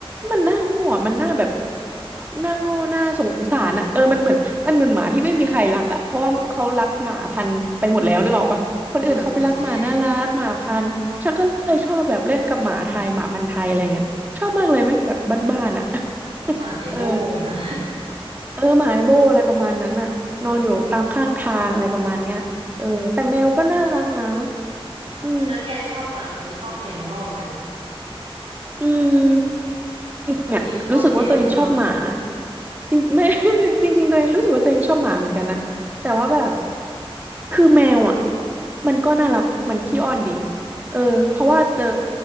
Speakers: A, on the right; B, on the right.
A: มันหน้าโง่อะมันหน้าแบบหน้าโง่หน้าสงสารอะเออมันเหมือนมันเหมือนหมาที่ไม่มีใครรักอะเพราะว่าเขารักหมาพันธุ์ไปหมดแล้วนึกออกปะคนอื่นเขาไปรักหมาน่ารักหมาพันธุ์ฉันก็เลยชอบแบบเล่นกับหมาไทยหมาพันธุ์ไทยอะไรเงี้ยชอบมากเลยแม่งแบบบ้านๆอะ
B: เออใช่
A: <laughs>
B: หมาไอโบนะ
A: เออ เออหมาไอโบอะไรประมาณนั้นน่ะนอนอยู่ตามข้างทางอะไรประมาณเนี้ยเออแต่แมวก็น่ารักนะอืม
B: แล้วแกชอบหมาหรือชอบแมวมากกว่ากัน
A: อืม
B: ตอนนี้ชอบแมวซะมั้ง
A: เนี่ยรู้สึกว่าตัวเองชอบหมาจริงไม่ <laughs> จริงๆตัวเองรู้สึกว่าตัวเองชอบหมาเหมือนกันนะแต่ว่าแบบ คือแมวอ่ะมันก็น่ารักมันขี้อ้อนดีเออเพราะว่าเจอ